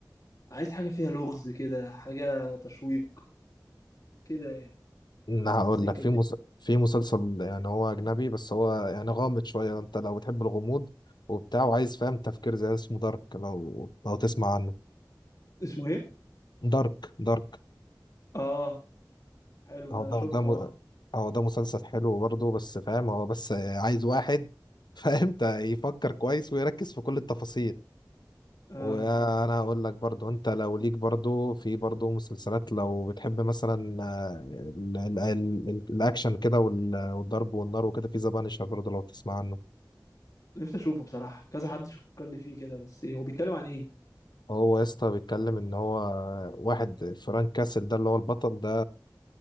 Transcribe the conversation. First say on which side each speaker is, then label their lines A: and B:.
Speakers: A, on the left; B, on the left.
A: عايز حاجه فيها لغز كده حاجه تشويق كده يعني
B: انا هقول
A: السكه
B: لك في
A: دي
B: مس... في مسلسل يعني هو اجنبي بس هو يعني غامض شويه انت لو بتحب الغموض وبتاع وعايز فاهم تفكير زي ده، اسمه دارك لو لو تسمع عنه
A: اسمه ايه
B: دارك دارك
A: اه حلو
B: هو
A: ده
B: ده
A: شفته
B: ده م...
A: اه
B: هو ده مسلسل حلو برضه بس فاهم هو بس عايز واحد <laughs> فاهم ت- يفكر كويس ويركز في كل التفاصيل
A: اه
B: وانا هقول لك برضو انت لو ليك برضو في برضو مسلسلات لو بتحب مثلا آه، ال- ال- ال- ال- الاكشن كده وال- والضرب والنار وكده في ذا بانشر برضو لو تسمع عنه
A: نفسي اشوفه بصراحه كذا حد شكر لي فيه كده بس إيه، هو بيتكلم عن ايه
B: هو يا اسطى بيتكلم ان هو واحد فرانك كاسل ده اللي هو البطل ده